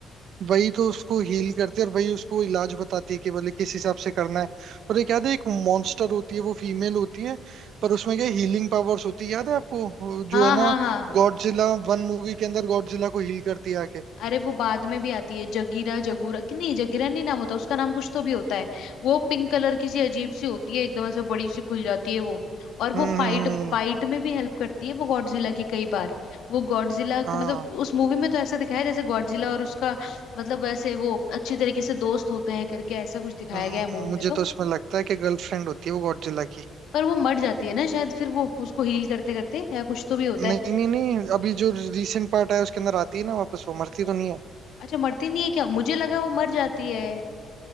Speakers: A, on the right; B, on the left.
A: वही तो उसको हील करती है और वही उसको इलाज बताती है कि बोले किस हिसाब से करना है और एक याद है एक मॉन्स्टर होती है वो फीमेल होती है
B: हम्म
A: पर उसमें क्या हीलिंग पावर्स होती है याद है आपको
B: हाँ
A: जो है
B: हाँ
A: ना
B: हाँ
A: गॉडजिला वन मूवी के अंदर गॉडजिला को हील करती है आके
B: अरे वो बाद में भी आती है जगीरा जगूरा कि नहीं जगीरा नहीं नाम होता उसका नाम कुछ तो भी होता है वो पिंक कलर की सी अजीब सी होती है एकदम ऐसे बड़ी सी खुल जाती है वो और
A: हम्म
B: वो
A: हम्म,
B: फाइट
A: हम्म,
B: फाइट में भी हेल्प करती है वो गॉडजिला की कई बार वो गॉडजिला मतलब
A: हाँ
B: उस मूवी में तो ऐसा दिखाया है जैसे गॉडजिला और उसका मतलब ऐसे वो अच्छी तरीके से दोस्त होते हैं करके ऐसा कुछ दिखाया
A: हम्म,
B: गया है मूवी में
A: मुझे
B: तो
A: तो उसमें लगता है कि गर्लफ्रेंड होती है वो गॉडजिला की
B: पर वो मर जाती है ना शायद फिर वो उसको हील करते करते या कुछ तो भी होता है
A: नहीं नहीं नहीं अभी जो रीसेंट पार्ट आया उसके अंदर आती है ना वापस वो मरती तो नहीं है
B: अच्छा मरती नहीं है क्या मुझे लगा वो मर जाती है